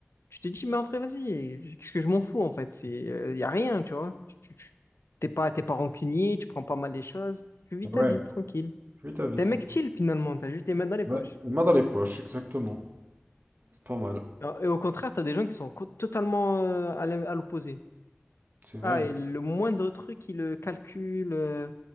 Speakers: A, on the left; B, on the right.
A: Tu te dis, mais en vrai, vas-y, qu'est-ce que je m'en fous, en fait? C'est, il y a rien, tu vois. Tu, tu- tu- t'es pas, t'es pas rancunier, tu prends pas mal les choses. Tu vis
B: Ouais,
A: ta vie, tranquille.
B: oui, ta vie,
A: T'es
B: trop.
A: un mec chill, finalement, t'as juste les mains dans les
B: Ouais,
A: poches.
B: une main dans les poches, exactement. Pas mal.
A: Alors, et au contraire, t'as des gens qui sont co- totalement euh, à l'in- à l'opposé.
B: C'est vrai.
A: Ah,
B: Hein.
A: et le moindre truc, ils le calculent, euh,